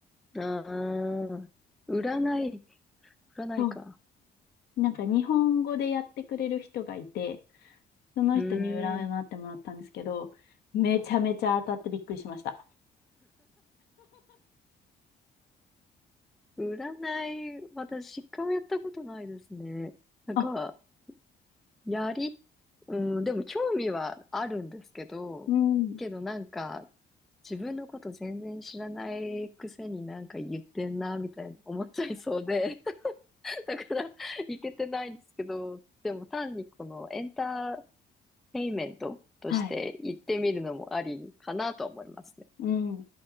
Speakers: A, in the centre; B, on the left.
A: ああ、占い、
B: <laughs>
A: 占いか。
B: となんか日本語でやってくれる人がいて、その人に占ってもらったんですけど、
A: うーん。
B: めちゃめちゃ当たってびっくりしました。
A: 占い、私、一回もやったことないですね。なんか、
B: あ、
A: やり、うん、でも興味はあるんですけど、
B: うん。
A: けどなんか、自分のこと全然知らないくせになんか言ってんな、みたいに思っちゃいそうで。だから行けてないんですけど、でも単にこのエンターテインメントとして行ってみるのもありかなと思いますね。
B: はい。うん。